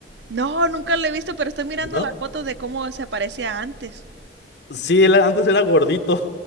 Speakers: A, on the right (about 75°); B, on the left (about 70°).
A: No, nunca lo he visto, pero estoy mirando
B: ¿No?
A: las fotos de cómo se parecía antes.
B: Sí, él antes era gordito,